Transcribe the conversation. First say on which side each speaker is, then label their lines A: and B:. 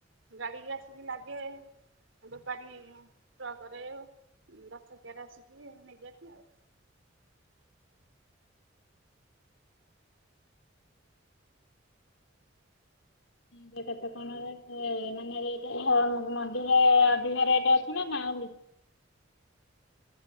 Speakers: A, on the right; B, on the left.
A: ଗାଡିିକି ଆସିକି ଲାଗେ। ବେପାରୀ ଟ୍ରକରେ। ଦଶଚକିଆରେ ଆସିକି ନେଇଯାନ୍ତି ଆଉ।
B: ରେ କେତେ କଣ ରେ ଏ ମାନେ ମଣ୍ଡିରେ ଅଧିକ ରେଟ ଅଛି ନା। ଅଛି ଗାଉଲି।